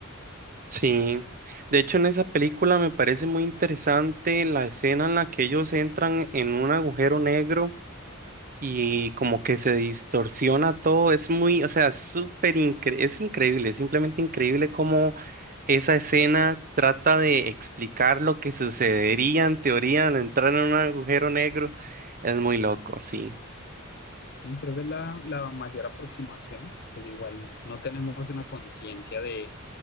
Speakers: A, on the right (about 40°); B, on the left (about 50°).
A: Sí, de hecho en esa película me parece muy interesante la escena en la que ellos entran en un agujero negro. y como que se distorsiona todo, es muy, o sea, súper incre- es increíble, es simplemente increíble cómo esa escena trata de explicar lo que sucedería en teoría al entrar en un agujero negro. Es muy loco, sí.
B: Sí, creo que es la, la mayor aproximación. Pues igual no tenemos una conciencia de